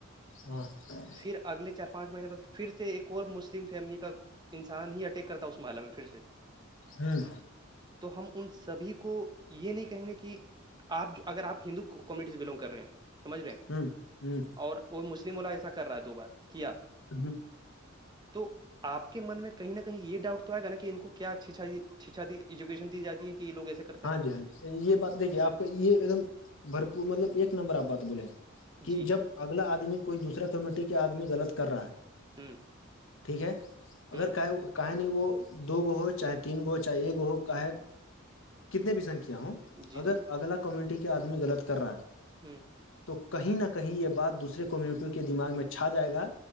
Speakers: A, on the left; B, on the right.
A: ہاں <inaudible>
B: پھر اگلے چار پانچ مہینے بعد پھر سے ایک اور مسلم فیملی کا انسان ہی اٹیک کرتا اس محلہ میں پھر سے
A: ہوں
B: تو ہم ان سبھی کو یہ نہیں کہیں گے کہ آپ جو اگر آپ ہندو کومیونٹیز بلانگ کر رہے ہیں سمجھ رہے ہیں
A: ہوں ہوں
B: اور وہ مسلم والا ایسا کر رہا دو بار کیا
A: ہوں
B: تو آ کے من میں کہیں نہ کہیں یہ ڈاؤٹ تو آئے گا نا کہ ان کو کیا شچھا دی ایجوکیشن دی جاتی ہے کہ یہ لوگ ایسے کرتے
A: ہاں
B: ہیں
A: جی ہاں جی یہ بات دیکھیے آپ کا یہ ایک دم بھرپور مطلب ایک نمبر آپ بات بولے کہ
B: جی
A: جب اگلا آدمی کوئی دوسرا کمیونٹی کے آدمی غلط کر رہا ہے
B: ہوں
A: ٹھیک ہے اگر
B: ہوں
A: کا کہ نہیں وہ دو گو ہو چاہے تین گو ہو چاہے ایک ہو
B: ہوں
A: کاے کتنے بھی سنکھیا ہوں
B: جی
A: اگر
B: جی
A: اگلا کمیونٹی کے آدمی غلط کر رہا ہے
B: ہوں
A: تو کہیں نہ کہیں یہ بات دوسرے کمیونٹی کے دماغ میں چھا جائے گا